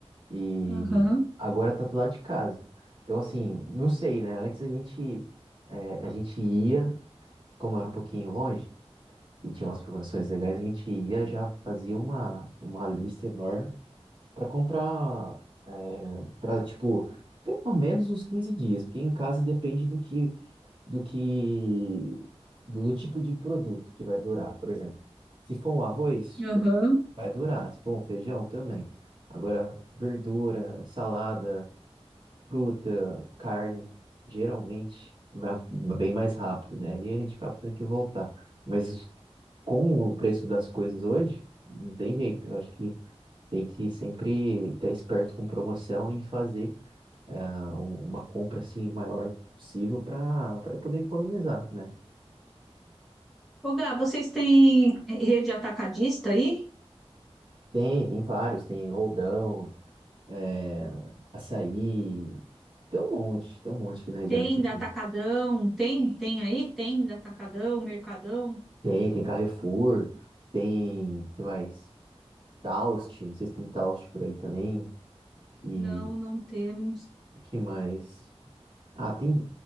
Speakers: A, on the right; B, in the centre.
A: E
B: Aham,
A: agora tá do lado de casa. Então, assim, não sei, né? Antes a gente, eh, a gente ia, como era um pouquinho longe e tinha umas promoções legais, a gente ia já fazia uma, uma lista enorme para comprar, é, para, tipo, pelo menos uns 15 dias, porque em casa depende do que, do que, do, do tipo de produto que vai durar. Por exemplo, se for um arroz,
B: aham.
A: vai durar. Se for um feijão, também. Agora, verdura, salada fruta, carne, geralmente vai bem mais rápido, né? E a gente acaba tendo que voltar. Mas com o preço das coisas hoje, não tem jeito. Eu acho que tem que sempre estar esperto com promoção e fazer ah, um, uma compra assim maior possível para para poder economizar, né?
B: Ô, Gá, vocês têm eh, rede atacadista aí?
A: Tem, tem vários, tem roldão, é, açaí, tem um monte, tem um monte aqui na região
B: Tem
A: de Campinas.
B: da Atacadão? Tem? Tem aí? Tem da Atacadão, Mercadão?
A: Tem, tem Carrefour, tem, que mais? Taust, não sei se tem Taust por aí também.
B: Não,
A: E
B: não temos.
A: o que mais? Ah, tem,